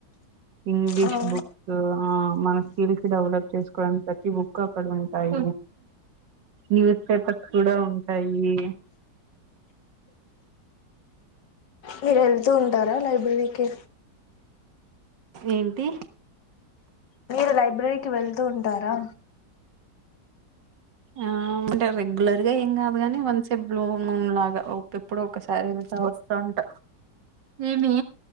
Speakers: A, on the right; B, on the left.
A: ఇంగ్లీష్
B: ఆ,
A: బుక్స్ ఆ మన స్కిల్స్ డెవలప్ చేసుకోవడం ప్రతి బుక్ అక్కడ ఉంటాయి న్యూస్ పేపర్స్ కూడా ఉంటాయి
B: మీరు వెళ్తూ ఉంటారా లైబ్రరీకి
A: ఏంటి
B: మీరు లైబ్రరీకి వెళ్తూ ఉంటారా
A: ఆ అంటే రెగ్యులర్గా ఏం కాదు కాని వన్ సె బలూ నూన్ లాగా ఎప్పుడ ఒకసారి వెళ్తా వస్తూ ఉంటా ఏమి